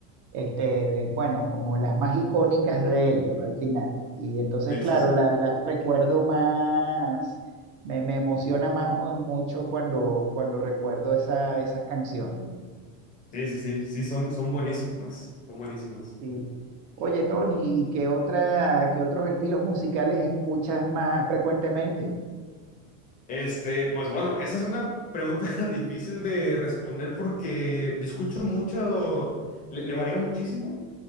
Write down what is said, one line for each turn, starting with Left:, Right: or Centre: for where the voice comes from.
Right: este, eh, bueno, como las más icónicas de ellos al final. Y entonces,
Left: Sí,
Right: claro,
Left: sí, sí.
Right: la- las recuerdo más me, me emociona más o- mucho cuando, cuando recuerdo esa, esas canciones.
Left: Sí, sí, sí. Sí, son, son buenísimas. Son buenísimas.
Right: Sí. Oye, Tony, ¿y qué otra, qué otros estilos musicales escuchas más frecuentemente?
Left: Este, pues bueno, esa es una pregunta <laughs> difícil de responder porque yo escucho mucho, le, le varío muchísimo.